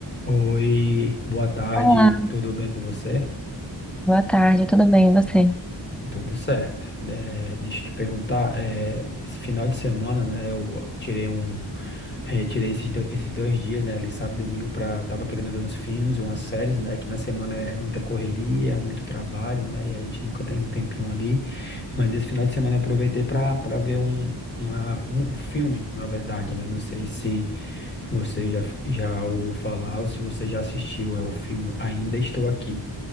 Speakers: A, on the left (about 25°); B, in the centre.
A: Oi, boa tarde,
B: Olá,
A: tudo bem com você?
B: boa tarde, tudo bem, e você?
A: Tudo certo. Eh, deixa eu te perguntar, eh, esse final de semana, né, eu tirei um, eh, tirei esses, do- esses dois dias, né, ali sábado e domingo, pra, eu tava querendo ver uns filmes, umas séries, né, que na semana é muita correria, é muito trabalho, né, e a gente nunca tem um tempinho ali, mas esse final de semana eu aproveitei pra, pra ver um, uma- um filme, na verdade, né, não sei se você já, já ouviu falar ou se você já assistiu, é o filme Ainda Estou Aqui